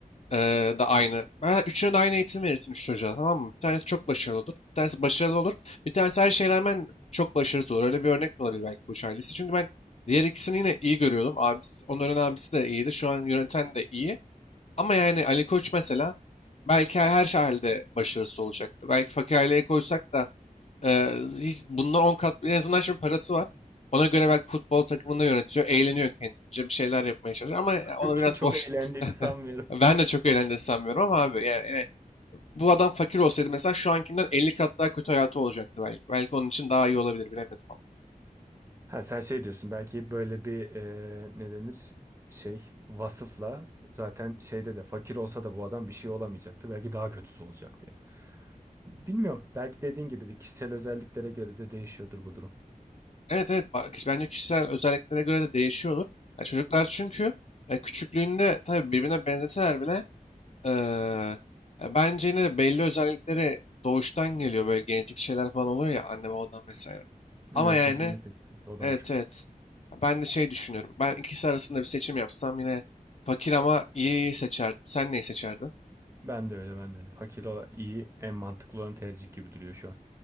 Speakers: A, on the left; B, on the right.
A: ee, da aynı. Ha, üçüne de aynı eğitim verirsin üç çocuğa tamam mı? Bir tanesi çok başarılı olur. Bir tanesi başarılı olur. Bir tanesi her şeye rağmen çok başarısız olur. Öyle bir örnek de olabilir belki bu ailesi. Çünkü ben diğer ikisini yine iyi görüyordum. Abisi, onların abisi de iyiydi. Şu an yöneten de iyi. Ama yani Ali Koç mesela belki her her halde başarısı olacaktı. Belki fakir aileye koysak da e, hiç, bundan 10 kat en azından şimdi parası var. Ona göre belki futbol takımını yönetiyor, eğleniyor kendince bir şeyler yapmaya çalışıyor ama ona
B: <laughs>
A: biraz
B: Çok
A: boş.
B: eğlendiğini
A: <laughs>
B: sanmıyorum.
A: Ben de çok eğlendiğini sanmıyorum ama abi yani, yani bu adam fakir olsaydı mesela şu ankinden 50 kat daha kötü hayatı olacaktı belki. Belki onun için daha iyi olabilir bilemedim ama.
B: Ha sen şey diyorsun belki böyle bir e, ne denir şey vasıfla zaten şeyde de fakir olsa da bu adam bir şey olamayacaktı. Belki daha kötüsü olacak diye. Bilmiyorum. Belki dediğin gibi de kişisel özelliklere göre de değişiyordur bu durum.
A: Evet evet bak, kiş- bence kişisel özelliklere göre de değişiyordur. Ya çocuklar çünkü e, küçüklüğünde tabii birbirine benzeseler bile e, ya bence yine de belli özellikleri doğuştan geliyor. Böyle genetik şeyler falan oluyor ya anne babadan vesaire.
B: Yok,
A: Ama yani
B: kesinlikle, kesinlikle o da
A: evet
B: var.
A: evet ben de şey düşünüyorum. Ben ikisi arasında bir seçim yapsam yine fakir ama iyi seçerdim. Sen neyi seçerdin?
B: Ben de öyle ben de öyle. Fakir olan iyi en mantıklı olan tercih gibi duruyor şu an.